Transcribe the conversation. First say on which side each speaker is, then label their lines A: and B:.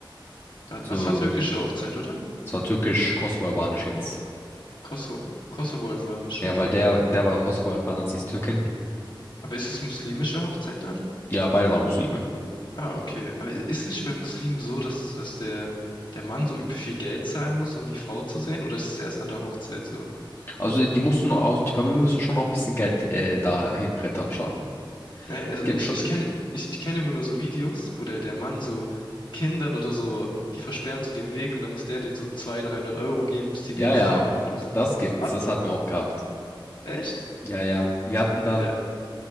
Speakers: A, on the left; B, on the left.
A: Wa-
B: So,
A: Was war türkische Hochzeit, oder?
B: es war türkisch-kosovo-albanisch jetzt.
A: Kosovo, Kosovo-Albanisch,
B: Ja,
A: okay,
B: weil der,
A: krass.
B: der war Kosovo-Albaner, sie ist Türkin.
A: Aber ist es muslimische Hochzeit dann?
B: Ja, beide waren Muslime.
A: Ah, okay. Aber i- ist nicht bei Muslimen so, dass, dass der, der Mann so übel viel Geld zahlen muss, um die Frau zu sehen? Oder ist es erst an der Hochzeit so?
B: Also die mussten auch, die Familie musste schon auch ein bisschen Geld äh, da hinbrettern schon.
A: Naja, also
B: Es gibt
A: ich,
B: schon,
A: ich kenne, ich, ich kenne immer nur so Videos, wo der, der Mann so Kindern oder so, die versperren so den Weg und dann muss der denen so 200, 300 Euro geben, bis die
B: ja,
A: Weg
B: ja,
A: frei machen. Und, so.
B: das gibt's,
A: ah,
B: das hatten wir auch gehabt.
A: echt?
B: Ja, ja, wir hatten dann
A: Bei der,